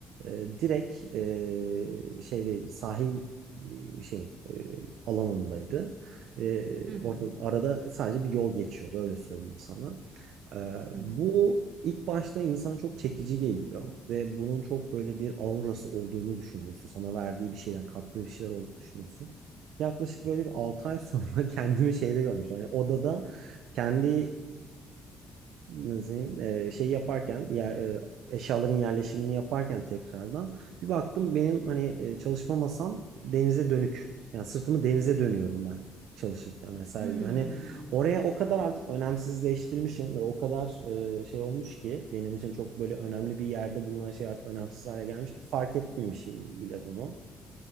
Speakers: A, on the right (about 80°); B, on the right (about 65°).
A: e, direkt e, şeydeydi sahil e, şey e, alanındaydı. E,
B: Hı hı,
A: orada arada sadece bir yol geçiyordu öyle söyleyeyim sana. Ee,
B: hı
A: bu
B: hı.
A: ilk başta insana çok çekici geliyor ve bunun çok böyle bir aurası olduğunu düşünüyorsun. Sana verdiği bir şeyler, kattığı bir şeyler olduğunu düşünüyorsun. Yaklaşık böyle bir 6 ay sonra <laughs> kendimi şeyde görmüştüm. Hani odada kendi nasıl diyeyim, e, şey yaparken yer, e, eşyaların yerleşimini yaparken tekrardan bir baktım benim hani e, çalışma masam denize dönük. Yani sırtımı denize dönüyorum ben çalışırken vesaire
B: Hmm,
A: gibi. Hani oraya o kadar artık önemsizleştirmişim ve o kadar e, şey olmuş ki benim için çok böyle önemli bir yerde bulunan şey artık önemsiz hale gelmiş ki fark etmemişim bile bunu.